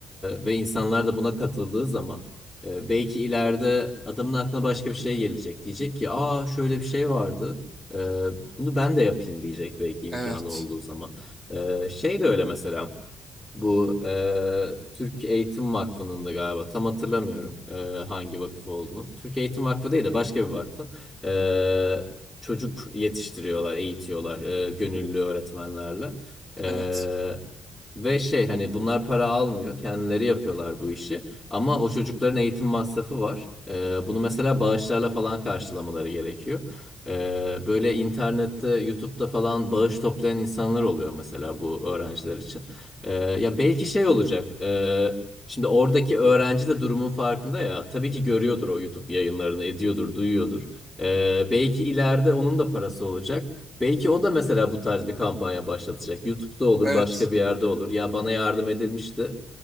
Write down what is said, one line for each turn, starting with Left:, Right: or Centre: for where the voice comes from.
Centre: ve insanlar da buna katıldığı zaman e, belki ileride adamın aklına başka bir şey gelecek. Diyecek ki, aa şöyle bir şey vardı. E, bunu ben de yapayım diyecek belki imkanı
Right: Evet.
Centre: olduğu zaman. Ee, şey de öyle mesela. Bu e, Türk Eğitim Vakfı'nın da galiba tam hatırlamıyorum e, hangi vakıf olduğunu. Türk Eğitim Vakfı değil de başka bir vakfın. E, çocuk yetiştiriyorlar, eğitiyorlar e, gönüllü öğretmenlerle. E,
Right: Evet.
Centre: ve şey hani bunlar para almıyor, kendileri yapıyorlar bu işi. Ama o çocukların eğitim masrafı var. E, bunu mesela bağışlarla falan karşılamaları gerekiyor. E, böyle internette, YouTube'da falan bağış toplayan insanlar oluyor mesela bu öğrenciler için. Ee, ya belki şey olacak. ee, şimdi oradaki öğrenci de durumun farkında ya. Tabii ki görüyordur o YouTube yayınlarını, ediyordur, duyuyordur. Ee, belki ileride onun da parası olacak. Belki o da mesela bu tarz bir kampanya başlatacak. YouTube'da olur,
Right: Evet.
Centre: başka bir yerde olur. Ya bana yardım edilmişti.